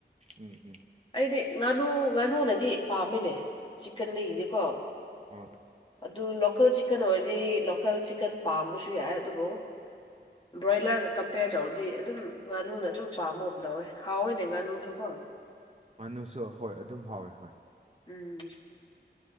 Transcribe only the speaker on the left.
ꯑꯩꯗꯤ ꯉꯥꯅꯨ ꯉꯥꯅꯨꯅꯗꯤ ꯄꯥꯝꯃꯤꯅꯦ ꯆꯤꯟꯗ ꯏꯗꯤꯀꯣ
ꯑꯗꯨ ꯂꯣꯀꯦꯜ ꯆ ꯆꯤꯛꯀꯟ ꯑꯣꯏꯔꯗꯤ ꯂꯣꯀꯦꯜ ꯆꯤꯛꯀꯟ ꯄꯥꯝꯕꯁꯨ ꯌꯥꯏ ꯑꯗꯨꯕꯨ ꯕ꯭ꯔꯣꯏꯂꯔ ꯀꯝꯄꯦꯌꯔ ꯇꯧꯔꯗꯤ ꯑꯗꯨꯝ ꯉꯥꯅꯨꯅ ꯑꯗꯨꯝ ꯄꯥꯝꯕꯒꯨꯝ ꯇꯧꯋꯦ ꯍꯥꯎꯋꯏꯅꯦ ꯉꯥꯅꯨꯁꯨ ꯀꯣ
ꯎꯝ